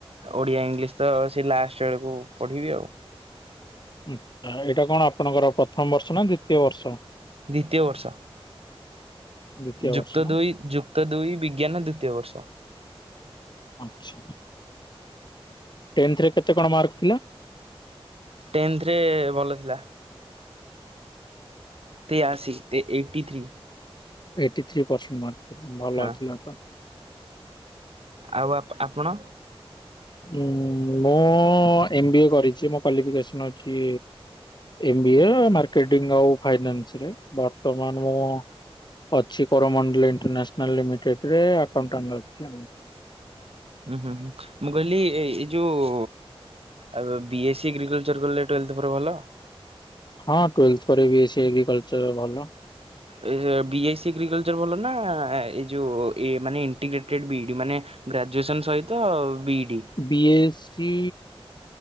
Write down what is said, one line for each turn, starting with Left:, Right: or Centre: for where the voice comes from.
Right: ଓଡ଼ିଆ ଇଂଲିଶ ତ ସେ ଲାଷ୍ଟକୁ ପଢ଼ିବି ଆଉ।
Left: ହୁଁ ଏଇଟା କଣ ଆପଣଙ୍କର ପ୍ରଥମ ବର୍ଷ ନା ଦ୍ଵିତୀୟ ବର୍ଷ?
Right: ଦ୍ୱିତୀୟ ବର୍ଷ
Left: ଦ୍ଵିତୀୟ
Right: ଯୁକ୍ତ
Left: ବର୍ଷ ନା?
Right: ଦୁଇ ଯୁକ୍ ଯୁକ୍ତ ଦୁଇ ବିଜ୍ଞାନ ଦ୍ୱିତୀୟ ବର୍ଷ।
Left: ଆଚ୍ଛା। ଟେନ୍ତ ରେ କେତେ କଣ ମାର୍କ ଥିଲା?
Right: ଟେନ୍ତରେ ଭଲ ଥିଲା। ତେଆସି eighty three.
Left: Eighty three percent mark ଥିଲା ଭଲଥିଲା
Right: ହଁ
Left: ତ।
Right: ଆଉ ଆପ ଆପଣ!
Left: ଉଁ ମୁଁ ଏମ ବି ଏ କରିଛି ମୋ କ୍ୱାଲିଫିକେସନ୍ ଅଛି। ମ୍ ଵି ଏ ଆଉ ମାର୍କେଟିଙ୍ଗ ଆଉ ଫାଇନାନ୍ସ ରେ ବର୍ତ୍ତମାନ ମୁଁ ଅଛି କରୋରମଣ୍ଡଲ ଇଣ୍ଟରନ୍ୟାସନାଲ ଲିମିଟେଡ ରେ <unintelligible>
Right: ହୁଁ ହୁଁ ହୁଁ ମୁଁ କହିଲି ଏଇ ଯୋଉ ଆଉ ବି ଏସି ସ ଏଗ୍ରିକଲଚର୍ କଲେ ଟୁଏଲ୍ଥ ପରେ ଭଲ।
Left: ହଁ ଟୁଏଥ୍ ପରେ ବି ଏଗ୍ରିକଲଚର ଭଲ।
Right: A B I C agriculture ଭଲ ନାଁ ଏ ଯଉ ମାନେ ଇଣ୍ଟିଗ୍ରେଟେଡ ବିଇଡି ମାନେ ଗ୍ରାଜୁଏସନ୍ ସହିତ ବିଇଡି।
Left: ବି ଏସ୍ ସି